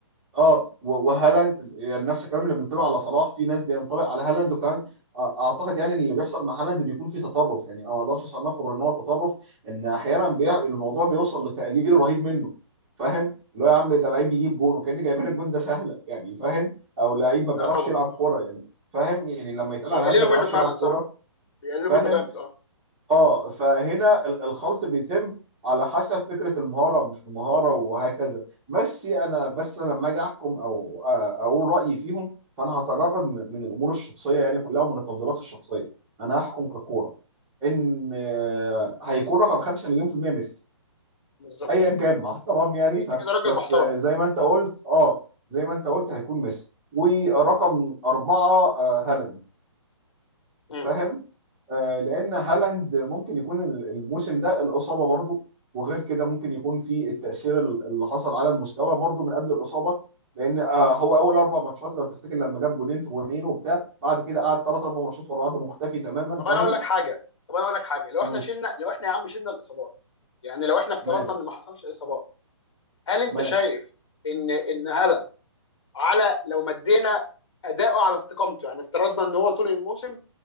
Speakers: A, on the right; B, on the left.
A: اه و- وهالاند يعني نفس الكلام اللي بينطبق على صلاح في ناس بينطبق على هالاند وكان آه، اعتقد يعني ان اللي بيحصل مع هالاند بيكون فيه تطرف يعني أنا ما اقدرش اصنفه غير ان هو تطرف ان احيانا بي... الموضوع بيوصل لتقليل رهيب منه فاهم اللي هو يا عم ده لعيب بيجيب جون وكان جايبين الجون ده سهله يعني فاهم او لعيب ما بيعرفش
B: لا طبعا
A: يلعب كوره
B: اه
A: يعني فاهم يعني لما يتقال
B: بيقللوا
A: على هالاند ما بيعرفش
B: منه فعلا
A: يلعب كوره
B: صح بيقللوا
A: فاهم
B: منه جامد اه
A: اه فهنا ال- الخلط بيتم على حسب فكره المهاره ومش المهاره وهكذا بس انا بس انا لما اجي احكم او آه، اقول رايي فيهم فانا هتجرد من من الامور الشخصيه يعني كلها ومن التفضيلات الشخصيه انا هحكم ككوره ان آه، هيكون رقم 5 مليون في المية ميسي
B: بالظبط
A: ايا كان مع احترام يعني
B: انت
A: ف
B: كده راجل
A: بس
B: محترم
A: آه، زي
B: اه
A: ما انت قلت اه زي ما انت قلت هيكون ميسي ورقم أربعة آه، هالاند
B: امم
A: فاهم آه لان هالاند ممكن يكون ال- الموسم ده الاصابه برضو وغير كده ممكن يكون في التاثير ال- اللي حصل على المستوى برضو من قبل الاصابه لان آه هو اول اربع ماتشات لو تفتكر لما جاب جونين في جونين وبتاع بعد كده قعد ثلاث اربع ماتشات ورا بعض مختفي تماما
B: طب
A: فاهم
B: انا اقول لك حاجه طب انا اقول لك حاجه لو
A: مم.
B: احنا شلنا لو احنا يا عم شلنا الاصابات يعني لو احنا افترضنا
A: تمام
B: ان ما حصلش اصابات هل انت
A: تمام
B: شايف ان ان هالاند على لو مدينا اداؤه على استقامته يعني افترضنا ان هو طول الموسم